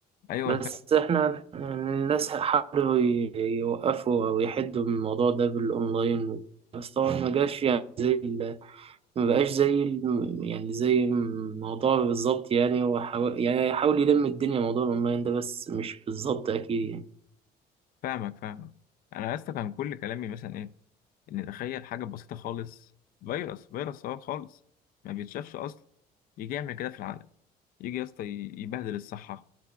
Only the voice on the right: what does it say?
بس
احنا الناس حاولوا ي- يوقفوا او يحدوا من الموضوع ده بالاونلاين بس طبعا ما جاش يعني زي ال- ما بقاش زي ال- يعني زي الموضوع بالظبط يعني وحاول يعني يحاول يلم الدنيا موضوع الاونلاين ده بس مش بالظبط اكيد يعني